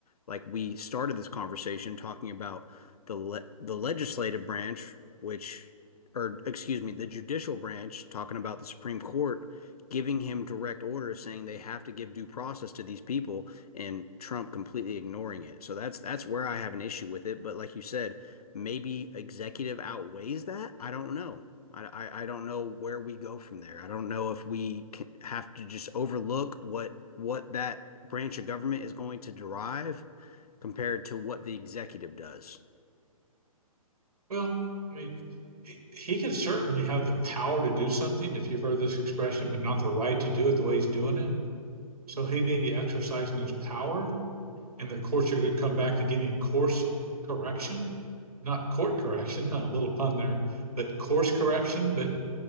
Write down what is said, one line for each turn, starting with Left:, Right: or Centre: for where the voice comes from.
Left: like, we started this conversation talking about the le the legislative branch, which, or excuse me, the judicial branch, talking about the Supreme Court giving him direct orders saying they have to give due process to these people, and Trump completely ignoring it. So that's that's where I have an issue with it. But like you said maybe executive outweighs that. I don't know. I, I, I don't know where we go from there. I don't know if we can, have to just overlook what what that branch of government is going to derive compared to what the executive does.
Right: Well, I mean, he could certainly have the power to do something, if you've heard this expression, but not the right to do it the way he's doing it. So he may be exercising his power, And the courts are gonna come back and get in course correction, not court correction, <laughs> huh, a little pun there, but course correction, but